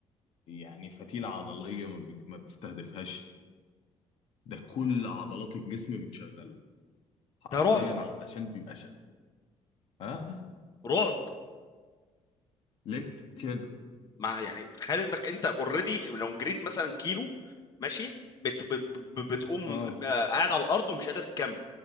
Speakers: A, on the left; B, on the left.
A: يعني فتيله عضليه ما, بي... ما بتستهدفهاش ده كل عضلات الجسم بتشغله حرفيا
B: ده رعب
A: علشان بيبقى شغال ها
B: رعب
A: ليه كده
B: مع يعني تخيل انك انت اوريدي لو جريت مثلا كيلو ماشي بت... ب... ب... بتقوم
A: اه
B: آه، قاعد على الارض ومش قادر تكمل